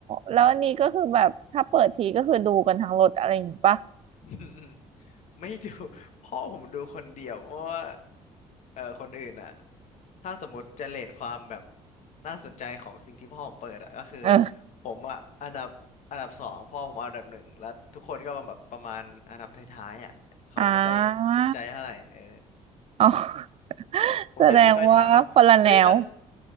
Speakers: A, on the right; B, on the left.
A: แล้วอันนี้ก็คือแบบถ้าเปิดทีก็คือดูกันทั้งรถอะไรอย่างงี้ปะ
B: <laughs> อืมอืมไม่ดู <laughs> พ่อผมดูคนเดียวเพราะว่าเออคนอื่นอ่ะถ้าสมมติจะเรทความแบบน่าสนใจของสิ่งที่พ่อผมเปิดอ่ะก็คือ
A: เออ
B: ผมอ่ะอันดับอันดับสองพ่อผมอันดับหนึ่งแล้วทุกคนก็มาแบบประมาณอันดับท้ายๆอ่ะเขาไม่ค่อยสนใจเท่าไหร่เออ
A: อ่าอ๋อ <laughs>
B: ผมจะไมีใค่อยถามว่าเฮ้ยแล้ว
A: แสดงว่าคนละแนว